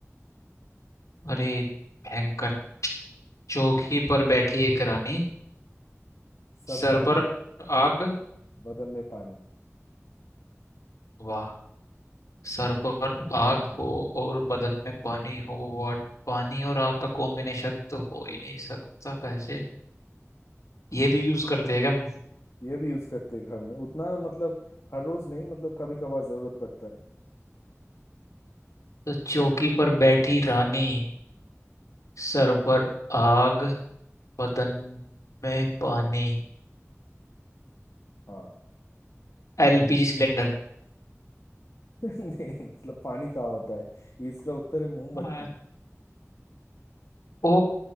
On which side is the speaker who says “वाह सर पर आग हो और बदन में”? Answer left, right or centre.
Left